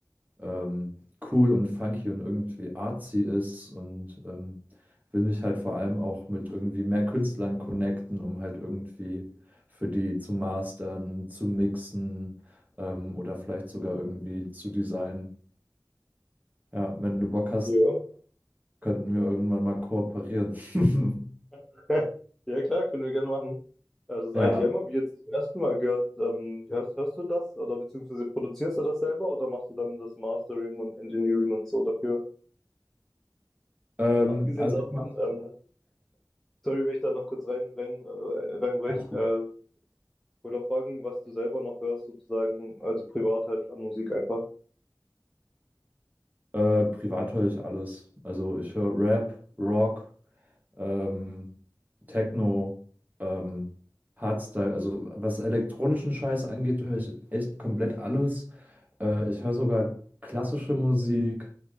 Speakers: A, on the right; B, in the centre.
A: ähm, cool und funky und irgendwie artsy ist und ähm, will mich halt vor allem auch mit irgendwie mehr Künstlern connecten, um halt irgendwie für die zu mastern, zu mixen ähm, oder vielleicht sogar irgendwie zu designen. Ja, wenn du Bock hast,
B: Ja.
A: könnten wir irgendwann mal kooperieren. <laughs>
B: <laughs> Ja, klar, können wir gerne machen. Äh, Das
A: Ja,
B: IDM habe ich jetzt zum ersten Mal gehört. Ähm, hörst, hörst du das oder beziehungsweise produzierst du das selber oder machst du dann das Mastering und Engineering und so dafür?
A: ähm,
B: Und abgesehen
A: also
B: davon,
A: ich mache
B: ähm, sorry, wenn ich da noch kurz rein, rein, äh, reinbrech,
A: ganz gut.
B: äh, oder fragen, was du selber noch hörst sozusagen, also privat halt an Musik einfach.
A: äh, privat höre ich alles. Also ich höre Rap, Rock. ähm, Techno, ähm, Hardstyle, also was elektronischen Scheiß angeht, höre ich echt komplett alles. Äh, ich höre sogar klassische Musik,